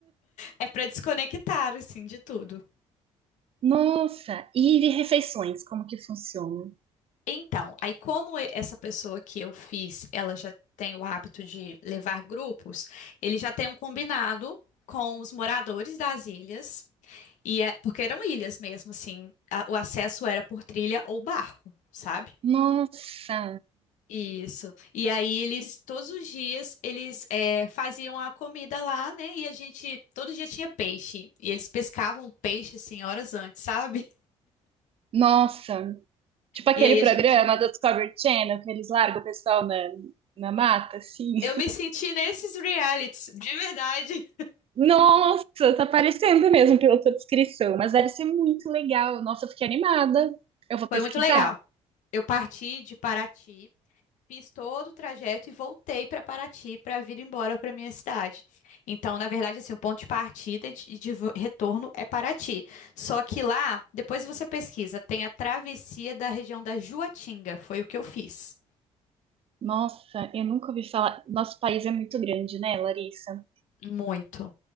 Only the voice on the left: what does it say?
É para desconectar, assim, de tudo.
Então, aí como e- essa pessoa que eu fiz, ela já tem o hábito de levar grupos, ele já tem um combinado com os moradores das ilhas, e é, porque eram ilhas mesmo, assim, a- o acesso era por trilha ou barco, sabe?
Isso. E aí eles, todos os dias, eles é, faziam a comida lá, né? E a gente, todo dia tinha peixe. E eles pescavam peixe, assim, horas antes, sabe?
E aí
a gente,
eu me senti nesses realities, de verdade.
Foi muito legal. Eu parti de Paraty, fiz todo o trajeto e voltei para Paraty para vir embora para minha cidade. Então, na verdade, assim, o ponto de partida e de, de vo- retorno é Paraty. Só que lá, depois você pesquisa, tem a travessia da região da Juatinga. Foi o que eu fiz.
Muito.